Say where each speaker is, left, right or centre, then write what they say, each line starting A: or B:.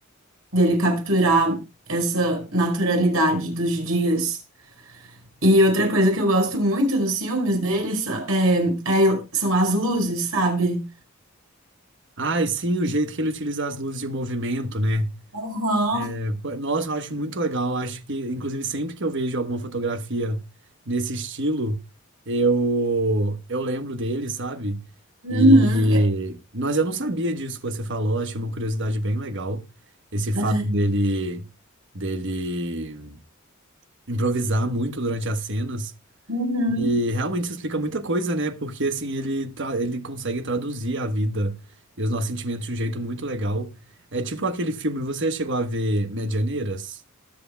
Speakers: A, on the right (about 85°); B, on the right (about 60°).
A: dele capturar essa naturalidade dos dias. E outra coisa que eu gosto muito nos filmes deles são, é, é- são as luzes, sabe?
B: Ah, e sim, o jeito que ele utiliza as luzes de movimento, né?
A: Aham.
B: É, pô, Nossa, eu acho muito legal. eu Acho que, inclusive, sempre que eu vejo alguma fotografia nesse estilo, eu, eu lembro dele, sabe?
A: Uhum.
B: E, mas eu não sabia disso que você falou, achei uma curiosidade bem legal. Esse fato
A: É,
B: dele, dele improvisar muito durante as cenas.
A: uhum.
B: E realmente isso explica muita coisa, né? Porque assim, ele, tra- ele consegue traduzir a vida e os nossos sentimentos de um jeito muito legal. É tipo aquele filme, você chegou a ver Medianeiras?